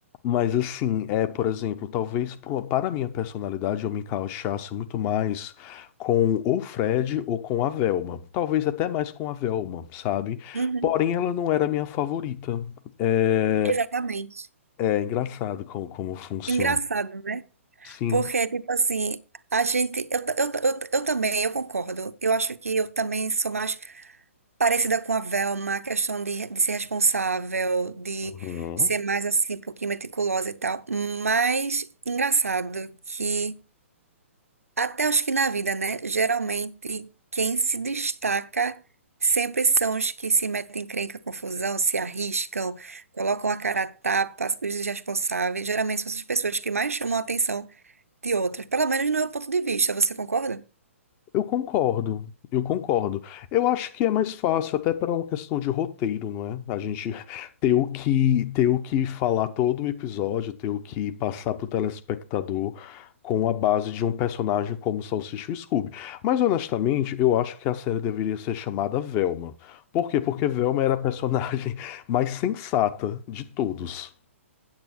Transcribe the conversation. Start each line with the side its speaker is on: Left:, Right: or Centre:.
Left: Mas assim, é, por exemplo, talvez pro, para a minha personalidade eu me encaixasse muito mais com ou Fred ou com a Velma. Talvez até mais com a Velma, sabe?
Right: Uhum,
Left: Porém, ela não era a minha favorita. É,
Right: Exatamente.
Left: é engraçado como, como funciona.
Right: Engraçado, né?
Left: Sim.
Right: Porque, tipo assim, a gente. Eu, ta- eu, ta- eu, ta- eu também, eu concordo. Eu acho que eu também sou mais parecida com a Velma, a questão de, de ser responsável, de
Left: Uhum.
Right: ser mais assim, um pouquinho meticulosa e tal. Mas engraçado que. Até acho que na vida, né? Geralmente, quem se destaca sempre são os que se metem em encrenca, confusão, se arriscam, colocam a cara a tapa, os irresponsáveis. Geralmente são essas pessoas que mais chamam a atenção de outras. Pelo menos no meu ponto de vista, você concorda?
Left: Eu concordo, eu concordo. Eu acho que é mais fácil até para uma questão de roteiro, não é? A gente <laughs> ter o que ter o que falar todo o episódio, ter o que passar para o telespectador com a base de um personagem como Salsicha e Scooby. Mas honestamente, eu acho que a série deveria ser chamada Velma. Por quê? Porque Velma era a personagem <laughs> mais sensata de todos.